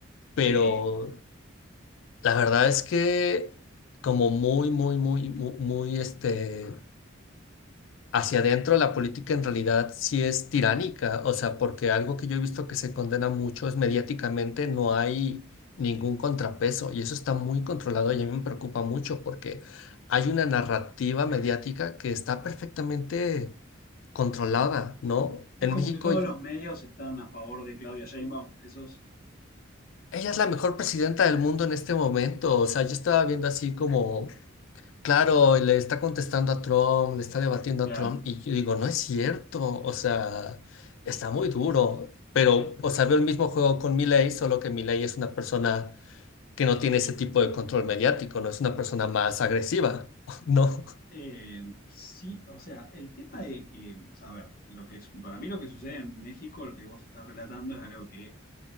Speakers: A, on the left; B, on the left.
A: pero
B: Sí,
A: la verdad es que como muy, muy, muy, muy, muy, este, hacia adentro la política en realidad sí es tiránica, o sea, porque algo que yo he visto que se condena mucho es mediáticamente no hay ningún contrapeso y eso está muy controlado y a mí me preocupa mucho porque hay una narrativa mediática que está perfectamente controlada, ¿no?
B: es
A: En
B: como
A: México,
B: que todos
A: y-
B: los medios están a favor de Claudia Sheinbaum, esos,
A: ella es la mejor presidenta del mundo en este momento, o sea, yo estaba viendo así como Claro, y le está contestando a Trump, le está debatiendo
B: claro.
A: a Trump, y yo digo, no es cierto, o sea, está muy duro, pero, o sea, veo el mismo juego con Milei, solo que Milei es una persona que no tiene ese tipo de control mediático, no es una persona más agresiva, <laughs> ¿no?
B: Eh, sí, o sea, el tema de que, a ver, lo que es, para mí lo que sucede en México, lo que vos estás relatando es algo que